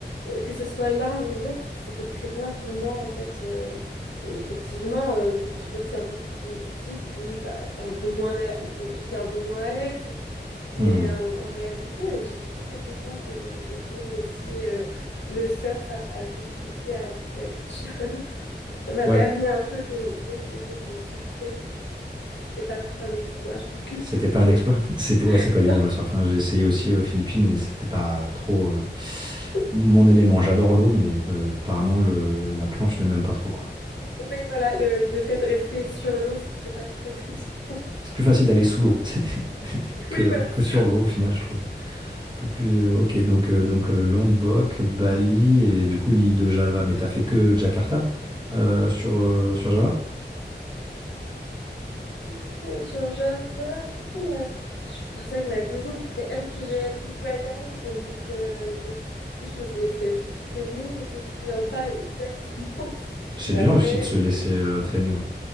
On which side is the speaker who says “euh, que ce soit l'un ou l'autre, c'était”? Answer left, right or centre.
Left